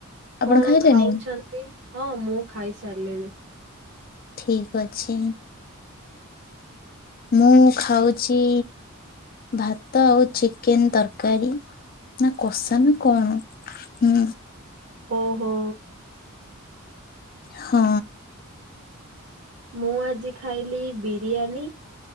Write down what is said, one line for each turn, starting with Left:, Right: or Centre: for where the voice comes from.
Left: ଆପଣ
Right: କଣ
Left: ଖାଇଲେଣି?
Right: ଖାଉଛନ୍ତି? ହଁ ମୁଁ ଖାଇସାରିଲିଣି।
Left: ଠିକ ଅଛି। ମୁଁ ଖାଉଛି ଭାତ ଆଉ ଚିକେନ୍ ତରକାରୀ। ନା କଷା ନା କଣ? ହୁଁ।
Right: ଓହୋ
Left: ହଁ।
Right: ମୁଁ ଆଜି ଖାଇଲି ବିରିୟାନୀ।